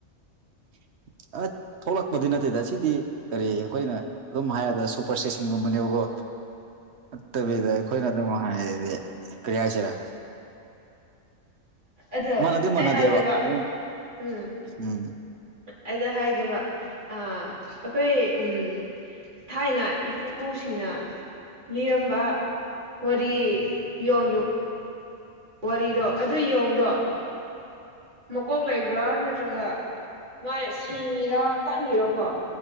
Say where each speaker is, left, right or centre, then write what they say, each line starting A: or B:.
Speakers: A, on the right; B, on the right.
A: <inaudible> ꯑ ꯊꯣꯛꯂꯛꯄꯗꯤ ꯅꯠꯇꯦꯗ ꯑꯁꯤꯗꯤ ꯀꯔꯤ ꯑꯩꯈꯣꯏꯅ ꯑꯗꯨꯝ ꯍꯥꯏꯔꯗ ꯁꯨꯄꯔ ꯁꯇꯦꯁꯟꯒꯨꯝꯕꯅꯦꯕꯀꯣ ꯑꯠꯇꯗꯥꯣꯏ ꯅ ꯑ ꯃꯗꯤ ꯀ꯭ꯔꯤꯌꯥꯁꯤꯂ
B: ꯑꯗꯣ
A: ꯃꯅꯗꯤ
B: ꯑꯩ
A: ꯃꯅꯗꯕ
B: ꯍꯥꯏꯒꯦꯕ
A: ꯑꯗꯨꯝ
B: ꯎꯝ
A: ꯎꯝ
B: ꯑꯩꯗ ꯍꯥꯏꯒꯦꯕ ꯑ ꯑꯩꯈꯣꯏ ꯎꯝ ꯊꯥꯏꯅ ꯏꯄꯨꯁꯤꯡꯅ ꯂꯤꯔꯝꯕ ꯋꯥꯔꯤ ꯌꯣ ꯌꯣ ꯋꯥꯔꯤꯗꯣ ꯑꯗꯨ ꯌꯦꯣꯡꯗꯣ ꯃꯀꯣꯛ ꯂꯩꯕ꯭ꯔꯥ ꯅꯠꯇ꯭ꯔꯒ ꯃꯥ ꯦꯡꯉꯤꯔꯥ ꯄꯪꯉꯔꯀꯣ